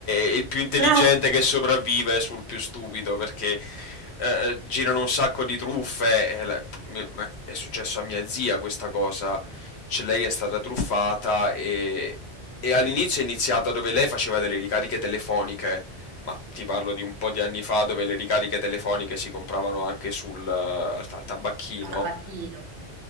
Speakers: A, on the left (about 70°); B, on the right (about 80°).
A: è il più intelligente
B: Bravo,
A: che sopravvive sul più stupido perché eh, girano un sacco di truffe, e la- mi- ma è successo a mia zia questa cosa, cioè lei è stata truffata e, e all'inizio è iniziata dove lei faceva delle ricariche telefoniche, ma ti parlo di un po' di anni fa dove le ricariche telefoniche si compravano anche sul, eh, al al tabacchino
B: a tabacchino.